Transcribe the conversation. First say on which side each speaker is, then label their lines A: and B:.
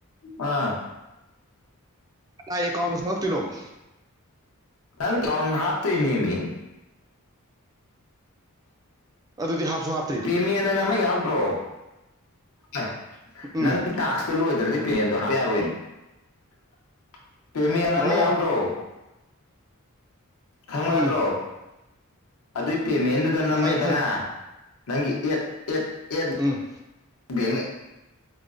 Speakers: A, on the left; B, on the right.
A: ꯑꯥ
B: ꯀꯅꯥꯏ ꯑꯦꯀꯥꯎꯗ ꯆꯪꯉꯛ ꯇꯣꯏ ꯅꯣꯕ
A: ꯅꯪ ꯀꯥꯎ ꯍꯥꯞꯇꯣꯏꯅꯦꯃꯤ
B: ꯑꯗꯨꯗꯤ ꯍꯥꯞꯁꯨ ꯍꯥꯞ__
A: ꯄꯦꯃꯦꯟ ꯑꯅ ꯑꯃ ꯌꯥꯎꯗꯔꯣ ꯑꯦ
B: ꯎꯝ
A: ꯅꯪ ꯇꯥꯛꯁ ꯇꯨ ꯂꯣꯏꯗ꯭ꯔꯗꯤ ꯄꯦꯃꯦꯟꯗꯣ ꯍꯥꯞꯄ ꯌꯥꯔꯣꯏ <unintelligible> ꯄꯦꯃꯦꯟ ꯑꯃ
B: ꯑꯣ
A: ꯌꯥꯎꯗ꯭ꯔꯣ ꯈꯪꯕ ꯅꯠꯇ꯭ꯔꯣ
B: ꯎꯝ
A: ꯑꯗꯨꯏ ꯄꯦꯃꯦꯟꯗꯨꯗ ꯅꯝꯃꯦꯗꯅ
B: ꯈꯪꯉꯦ ꯈꯪꯉꯦ
A: ꯅꯪꯒꯤ ꯑꯦꯠ ꯑꯦꯠ ꯑꯦꯠ__
B: ꯎꯝ
A: ꯕꯦꯡꯛ